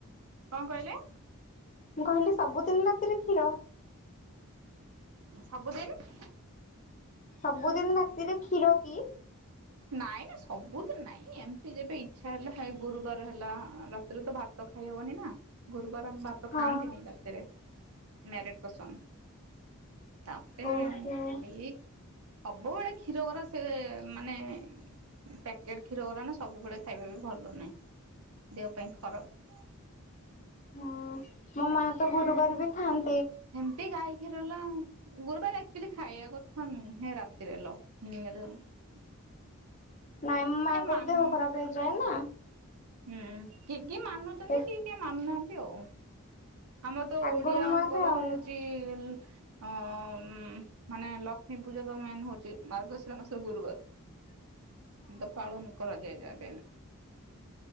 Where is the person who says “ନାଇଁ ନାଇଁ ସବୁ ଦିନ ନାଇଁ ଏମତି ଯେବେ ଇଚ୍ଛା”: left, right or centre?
Right